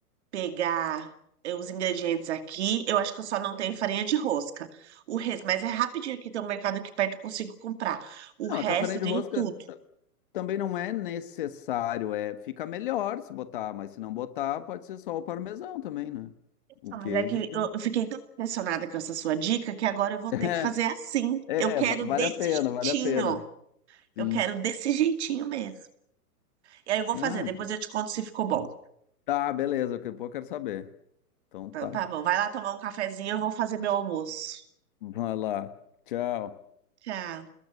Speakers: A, on the right (about 45°); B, on the left (about 35°).
A: pegar é, os ingredientes aqui. Eu acho que eu só não tenho farinha de rosca. O resto, mas é rapidinho aqui, tem um mercado aqui perto, eu consigo comprar. O
B: Não,
A: resto
B: a café
A: eu
B: de
A: tenho
B: rosca
A: tudo.
B: t- também não é necessário, é, fica melhor se botar, mas se não botar, pode ser só o parmesão também, né? O
A: Ah,
B: queijo
A: Mas é que
B: e pronto.
A: eu eu fiquei tão impressionada com essa sua dica que agora eu vou
B: <laughs>
A: ter que fazer assim.
B: É,
A: Eu quero
B: é, va- vale
A: desse
B: a pena,
A: jeitinho.
B: vale a pena. Sim.
A: Eu quero desse jeitinho mesmo. E aí eu vou fazer,
B: Ah,
A: depois eu te conto se ficou bom.
B: tá, beleza, daqui a pouco eu quero saber. Então
A: Então
B: tá.
A: tá bom. Vai lá tomar um cafezinho, eu vou fazer meu almoço.
B: Vai lá. Tchau.
A: Tchau.